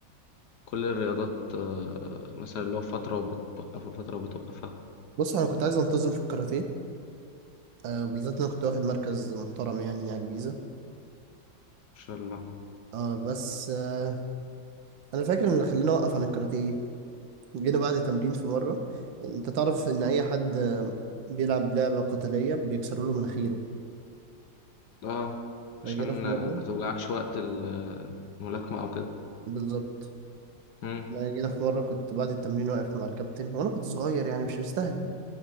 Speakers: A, on the left; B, on the right.
A: كل الرياضات آه، مثلا اللي هو فترة وبتوقفها فترة وبتوقفها
B: بص أنا كنت عايز أنتظم في الكاراتيه آه بالذات إن أنا كنت واخد مركز محترم يعني على الجيزة
A: ما شاء الله
B: اه بس آه انا فاكر ان اللي خلاني اوقف عن الكاراتيه إيه؟ جينا بعد تمرين في مره انت تعرف ان اي حد آه، بيلعب لعبه قتاليه بيكسروا له مناخيره
A: اه
B: فجينا
A: عشان
B: في
A: آه،
B: مره
A: ما توجعكش وقت ال- الملاكمة أو كده
B: بالظبط
A: امم
B: انا جينا في مره كنت بعد التمرين واقف مع الكابتن وانا كنت صغير يعني مش مستاهله